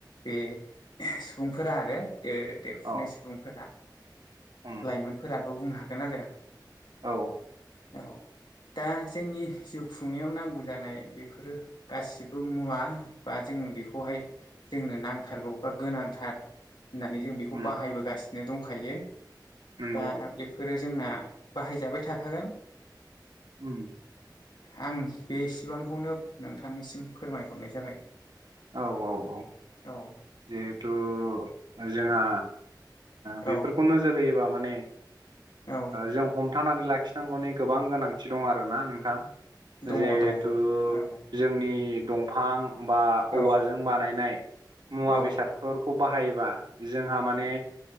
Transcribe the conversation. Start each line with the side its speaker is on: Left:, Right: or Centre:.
Left: बे सुबुंफोरा आरो ओ देरफुनाय
Right: औ
Left: सुबुंफोरा
Right: उम
Left: लाइमोनफोराबो बुंनो हागोन आरो।
Right: औ
Left: औ दा जोंनि जिउ खुंनायाव नांगौ जानाय बेफोरो गासिबो मुवा बा जों बेखौहाय जोंनो नांथारगौ बा गोनांथार होननानै जों बेखौ
Right: उम
Left: बाहायबोगासिनो दंखायो
Right: नंगौ
Left: दा बेफोरो जोंना बाहायजाबाय थाखागोन
Right: उम
Left: आं बेसेबांखौनो नोंथांनिसिम फोरमायहरनाय जाबाय
Right: औ औ औ
Left: औ
Right: जिहेथु जोंहा बेफोरखौ
Left: औ
Right: नोजोर होयोबा माने
Left: औ
Right: जों हम थानानै लाखिनांगौनि गोबां गोनांथि दं आरो‌ ना नोंथां
Left: दङ
Right: जिहेथु
Left: दङ नोंथां औ
Right: जोंनि दंफां बा औवाजों
Left: औ
Right: बानायनाय मुवा
Left: औ
Right: बेसादफोरखौ बाहायोबा जोंहा माने